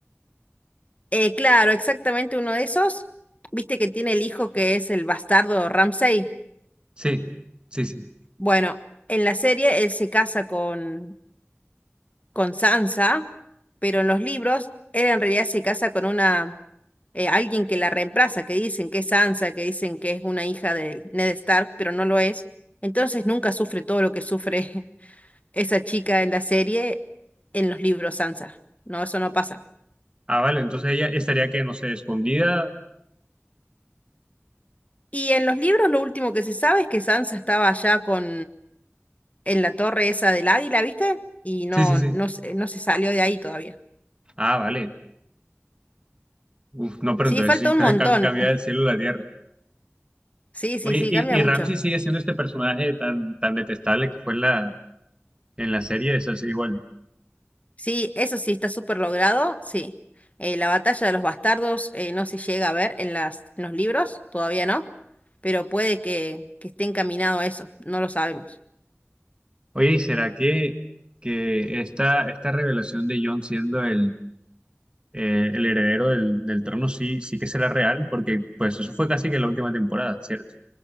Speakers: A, on the left (about 30°); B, on the right (about 20°).
A: Eh, claro, exactamente uno de esos. Viste que tiene el hijo que es el bastardo Ramsay.
B: Sí, sí, sí.
A: Bueno, en la serie él se casa con, con Sansa, pero en los libros él en realidad se casa con una eh, alguien que la reemplaza, que dicen que es Sansa, que dicen que es una hija de Ned Stark, pero no lo es. Entonces nunca sufre todo lo que sufre <laughs> esa chica en la serie, en los libros Sansa. No, eso no pasa.
B: Ah, vale, entonces ella estaría que, no sé, escondida.
A: Y en los libros lo último que se sabe es que Sansa estaba allá con en la torre esa del Águila, ¿viste? Y no,
B: Sí, sí, sí.
A: no, se- no se salió de ahí todavía.
B: Ah, vale. Uf, no, pero
A: Sí,
B: entonces
A: falta
B: sí
A: un
B: <laughs> ca-
A: montón.
B: cam- cambia
A: <laughs>
B: del cielo a la tierra.
A: Sí, sí,
B: Oye,
A: sí,
B: y,
A: cambia
B: y
A: mucho.
B: Ramsey sigue siendo este personaje tan, tan detestable que fue en la, en la serie, eso sí, igual.
A: Sí, eso sí está súper logrado, sí. Eh, la batalla de los bastardos eh, no se llega a ver en las, en los libros, todavía no, pero puede que, que esté encaminado a eso, no lo sabemos.
B: Oye, ¿y será que, que esta, esta revelación de John siendo el, eh, el heredero del, del trono sí, sí que será real? Porque pues eso fue casi que la última temporada, ¿cierto?